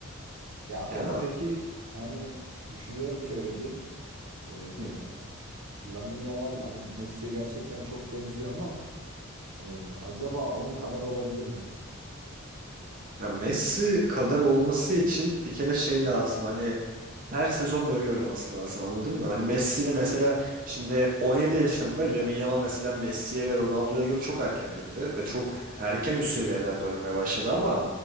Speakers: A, on the right; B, on the right.
A: Ya ama
B: Ya,
A: peki hani düşünüyorum şöyle bir. E,
B: hı.
A: Lamine Yamal hani Messi'ye gerçekten çok benziyor ama e, acaba onun kadar olabilir mi?
B: Ya Messi kadar olması için bir kere şey lazım hani Her sezon böyle oynaması lazım anladın mı? Hani Messi ile mesela şimdi 17 yaşında Lamine Yamal mesela Messi'ye ve Ronaldo'ya göre çok erken girdi ve çok erken üst seviyelerde oynamaya başladı ama